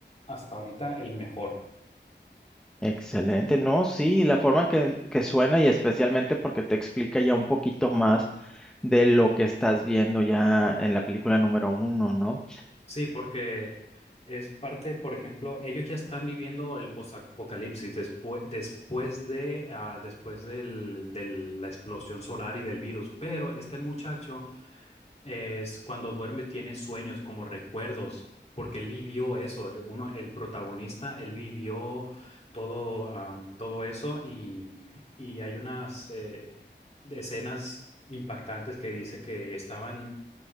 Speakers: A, on the left; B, in the centre.
A: hasta ahorita el mejor.
B: Excelente. No, sí, la forma en que, que suena y especialmente porque te explica ya un poquito más de lo que estás viendo ya en la película número uno, ¿no?
A: Sí, porque es parte, por ejemplo, ellos ya están viviendo el post-apocalipsis después, después de, ah, después del, de la explosión solar y del virus, pero este muchacho es cuando duerme tiene sueños como recuerdos, porque él vivió eso, el- uno, el protagonista, él vivió todo, am, todo eso y, y hay unas eh, escenas impactantes que dice que estaban